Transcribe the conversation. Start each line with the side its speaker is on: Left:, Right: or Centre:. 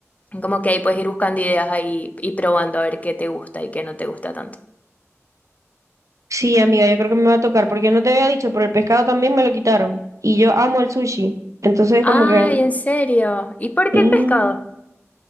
Left: Como que ahí puedes ir buscando ideas ahí y probando a ver qué te gusta y qué no te gusta tanto.
Right: Sí, amiga, yo creo que me va a tocar, porque no te había dicho, pero el pescado también me lo quitaron. Y yo amo el sushi. Entonces,
Left: Ay,
Right: como que...
Left: en serio. ¿Y por
Right: mm.
Left: qué el pescado?